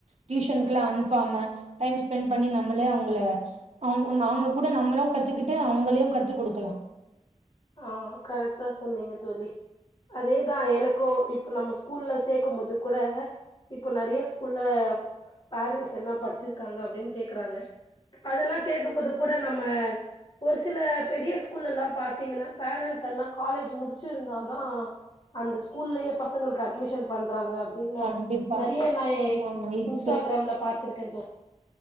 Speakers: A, on the right; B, on the left.
A: டியூஷன்க்குல அனுப்பாம டைம் ஸ்பென்ட் பண்ணி நம்மளே அவுங்கள அவுங் அவுங்க கூட நம்மளு கத்துக்கிட்டு அவுங்களையு கத்து குடுக்கலா
B: ஆமா கரெக்ட்டா சொன்னீங்க தோழி அதேதா எனக்கு இப்ப நம்ம ஸ்கூல்ல சேக்கும் போது கூட இப்ப நெறயா ஸ்கூல்ல ஃபேரண்ட்ஸ் என்ன படிச்சுருக்காங்க அப்டின்னு கேக்குறாங்க அதல்லா கேக்கும்போது கூட நம்ம ஒரு சில பெரிய ஸ்கூல்ல எல்லா பாத்தீங்கன்னா ஃபேரன்ட்ஸெல்லா காலேஜ் முடிச்சுருந்தா தா அந்த ஸ்கூல்லயே பசங்களுக்கு அட்மிஷன் பண்றாங்க ன்ன
A: கண்டிப்பா
B: நெறையா நா ஏ
A: ஆமா இருக்கு
B: இன்ஸ்டாகிராம்ல பாத்துருக்கே தோழி